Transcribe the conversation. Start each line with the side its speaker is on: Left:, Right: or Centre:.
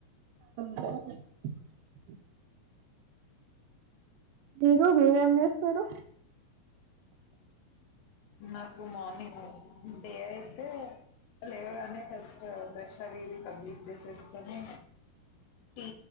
Right: <inaudible> <unintelligible> ఊగు ఏం చేస్తారు
Left: నాకు మార్నింగ్ డే అయితే, లేవగానే ఫస్ట్ బ్రష్ అది, ఇది కంప్లీట్ చేసేసుకొని. టీ